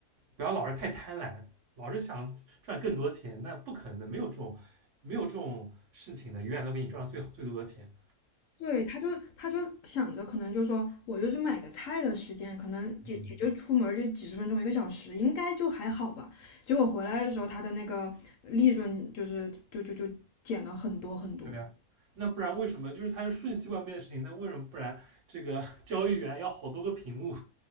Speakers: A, on the right; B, on the left.
A: 不要老是太贪婪，老是想赚更多钱，那不可能的，没有这种没有这种事情的，永远都给你赚到最好最多的钱。
B: 对，他就他就想着，可能就说我就是买个菜的时间，可能也也就出门儿就几十分钟一个小时，
A: 嗯，
B: 应该就还好吧。结果回来的时候，他的那个利润就是就就就减了很多很多。
A: 对啊，那不然为什么就是它是瞬息万变的事情？那为什么不然这个 <laughs> 交易员要好多个屏幕？